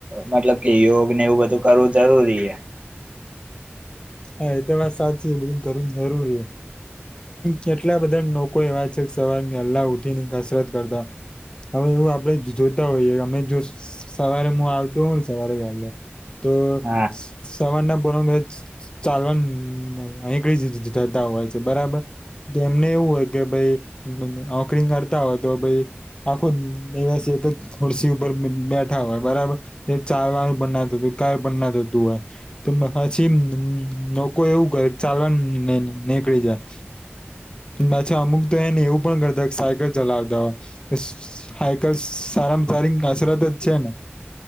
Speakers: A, on the right; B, on the left.
A: મતલબ કે યોગ ને એવું બધું કરવું જરૂરી હે
B: હા એ તો વાત સાચી એ બધું કરવુ જરૂરી કેટલા બધા લોકો એવા છે સવાર વેલ્લાહ ઉઠી ને કસરત કરતા હવે એવું આપડે જોતા હોઈએ અમે જો સવારે હું આવતો હોઉ ને સવારે વેલો તો
A: હા
B: સવારના પોરમાં ચાલવાનું નીકળી જ જતા હોય છે, બરાબર તો એમને એવું હોય કે ભાઈ નોકરીંગ કરતા હોય તો ભાઈ આખો દિવસ એક જ ખુરસી ઉપર બેઠા હોય બરાબર એ ચાલવાનું પણ ના થતું કઈ પણ ના થતું હોય તો પછી લોકો એવું કે ચાલવા નીકળી જાય અચ્છા અમુક તો એને એવું પણ કરતા હો કે સાયકલ ચલાવતા હોય સાયકલ સારામાં સારી કસરત જ છે ને